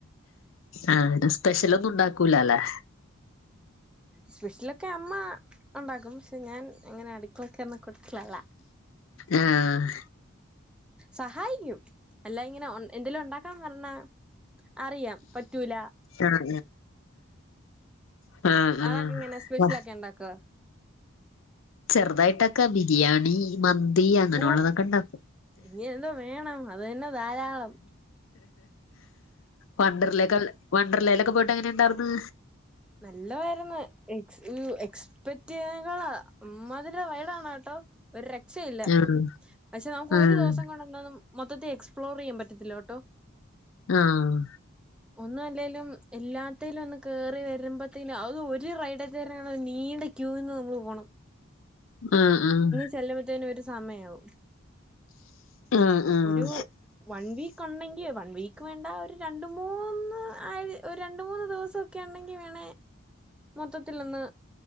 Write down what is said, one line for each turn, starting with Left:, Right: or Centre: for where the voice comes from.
Left: ആഹ് സ്പെഷ്യലൊന്നും ഉണ്ടാക്കൂലാല്ലെ
Centre: സ്പെഷ്യലൊക്കെ അമ്മ ഒണ്ടാക്കും. പക്ഷെ ഞാൻ ഇങ്ങനെ അടുക്കളേക്കൊന്ന <unintelligible> കൂട്ടത്തിലല്ല
Left: ആഹ്
Centre: സഹായിക്കും. അല്ലാ ഇങ്ങനെ എന്തേലു ഉണ്ടാക്കാ പറ്ഞ്ഞെ അറിയാ. പറ്റൂല
Left: ആഹ് ആഹ്
Centre: ആളൊക്കെ
Left: ആഹ്
Centre: ഇങ്ങനെ സ്പെഷ്യലൊ
Left: വഹ്
Centre: ക്കെ ഉണ്ടാക്കൊ.
Left: ചെറുതായിട്ടൊക്കെ ബിരിയാണി. മന്തി അങ്ങനെ
Centre: ഓ
Left: ഉള്ളതൊക്കെ ഇണ്ടാക്കും.
Centre: ഇനി എന്തോ വേണം അത് തന്നെ ധാരാളം
Left: വണ്ടറ്ലേക്കെ വണ്ടർലേ ഇലൊക്കെ പോയിട്ട് എങ്ങനെ ഇണ്ടായിർന്ന്.
Centre: നല്ലവായിരുന്നു. എ എക്സ്പെക്ട് ചെയ്യതിനേക്കാളാ ഇമ്മാതിരി വൈടാണോ <unintelligible> ട്ടോ ഒരു രക്ഷയില്ല
Left: ആഹ്
Centre: പക്ഷെ നമുക്ക്
Left: ആഹ്
Centre: ഒരു ദിവസം കൊണ്ട് <unintelligible> ന്നും മൊത്തത്തി എക്സ്പ്ലോർ ചെയ്യാൻ പറ്റത്തില്ല കെട്ടോ.
Left: ആഹ്
Centre: ഒന്ന് അല്ലേലും ഇല്ലാത്തേലും ഒന്ന് കേറി വരുമ്പത്തീനു അത് ഒരു റൈഡ ത <unintelligible> ണ നീണ്ട് ക്യൂ ന്ന് നമ്മൾ പോണം
Left: ആഹ് ആഹ്
Centre: ചെല്ലുമ്പത്തേന് ഒരു സമയ ആവും.
Left: ആഹ് ആഹ്
Centre: ഒരു വൺ വീക്ക് ക്കൊണ്ടെങ്കി വൺ വീക്ക് വേണ്ട ഒരു രണ്ട് മൂന്ന് അയ് രണ്ട് മൂന്ന് ദിവസൊക്കെ ഉണ്ടെങ്കിൽ വേണേ മൊത്തത്തിലൊന്ന്